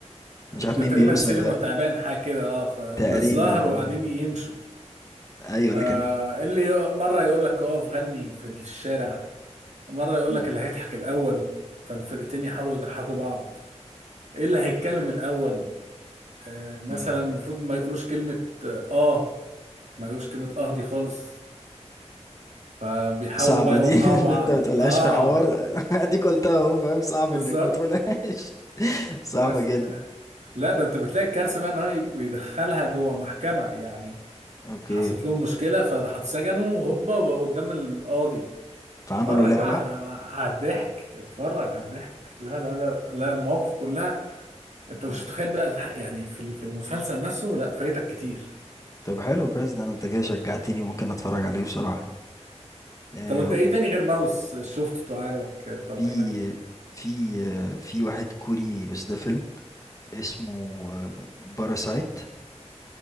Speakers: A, on the left; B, on the right.
A: مش عارف
B: ده
A: مين
B: تقريبا
A: بيوصل
B: السلم
A: آه،
B: والتعبان حاجه كده اه فبالظهر
A: تقريبا آه.
B: وقاعدين يمشوا
A: أيوه اللي
B: آه
A: كان
B: اللي ي- مره يقول لك اقف غني في الشارع مره يقول
A: مم.
B: لك اللي هيضحك الاول فالفرقتين يحاولوا يضحكوا بعض ايه اللي هيتكلم الاول آه مثلا
A: مم.
B: المفروض ما يقولوش كلمه اه آه، ما يقولوش كلمه اه دي خالص فبيحاولوا
A: صعبة
B: بقى يوقعوا
A: دي <laughs>
B: بعض
A: إن أنت ما تقولهاش
B: اه
A: في حوار <laughs> أديك قلتها أهو فاهم صعب
B: بالظبط
A: إنك ما تقولهاش <laughs> صعبة
B: بس
A: جدا
B: آه، لا ده انت بتلاقي الكارثه بقى ان هو بيدخلها جوه محكمه يعني
A: أوكي
B: حصلت لهم مشكلة فراحوا اتسجنوا هوبا وبقوا قدام القاضي
A: فعملوا
B: اتفرج
A: لعبة
B: بقى على الضحك اتفرج على الضحك لا لا لا لا المواقف كلها انت مش
A: مم.
B: متخيل بقى الح- يعني في ال- في المسلسل نفسه لا فايتك كتير
A: طب حلو كويس ده أنا أنت كده شجعتني ممكن أتفرج عليه بصراحة آه
B: طب انت ايه تاني غير ماوس شفته عجبك طب
A: في
B: اجنبي
A: في آه، في واحد كوري بس ده فيلم اسمه باراسايت